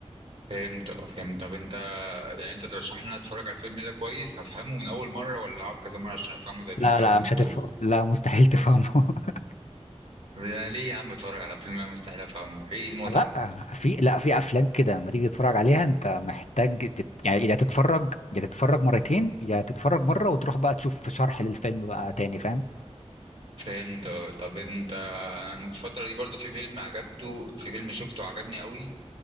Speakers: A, on the right; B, on the left.
A: فهمت اه فهمت طب انت يعني انت ترشح لي ان أنا اتفرج على الفيلم ده كويس هفهمه من اول مرة ولا هقعد كذا مرة عشان افهمه زي ما
B: لا
A: سمعت
B: لا
A: الناس
B: مش
A: بتقول
B: هتفهم لا مستحيل تفهمه <laughs>
A: طب انا ليه يا عم اتفرج على فيلم انا مستحيل افهمه ليه المتعة
B: لا في لا في افلام كده لما تيجي تتفرج عليها انت محتاج تت... يعني يا تتفرج يا تتفرج مرتين يا تتفرج مره وتروح بقى تشوف شرح للفيلم بقى تاني فاهم
A: فهمت اه طب انت انا الفترة دي برضو في فيلم عجبته في فيلم شفته عجبني قوي